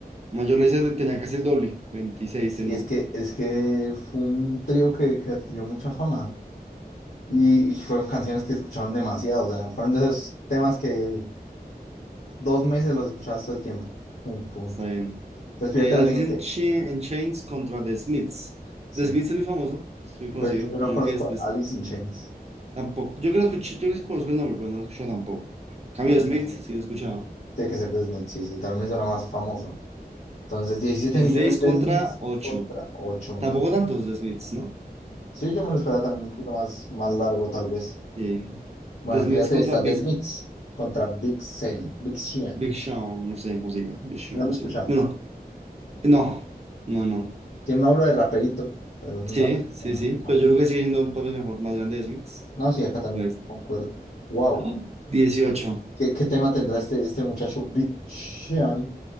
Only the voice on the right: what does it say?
Mayor laser tenía casi el doble. veintiséis
tenía.
Está bien.
Eh, Alice
in, Chi- in Chains contra The Smiths.
The Smiths es muy famoso. Es muy conocido.
Yo
creo que es... des-
Tampoco. Yo que lo escuché, yo que conozco el nombre, pero no lo he escuchado tampoco. En Cambio
de Smiths,
sí lo he escuchado.
dieciséis
contra
ocho
Tampoco tantos The Smiths, ¿no?
Sí.
The Smiths
contra
Big,
Big Sean. No sé cómo se diga. Big Sean,
sí. Bueno, no. No, no.
Sí,
sí,
sí.
Pero yo creo que sigue siendo un papel mejor, más grande de Smiths.
Pues,
¡ah! dieciocho.